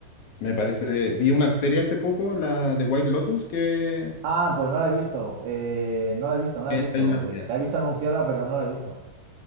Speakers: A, on the left; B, on the right.
A: me parece, vi una serie hace poco, la de White Lotus, que
B: Ah, pues no la he visto, eh, no la he visto, no la
A: que
B: he visto.
A: en Tailandia.
B: Eh, la he visto anunciada, pero no la he visto.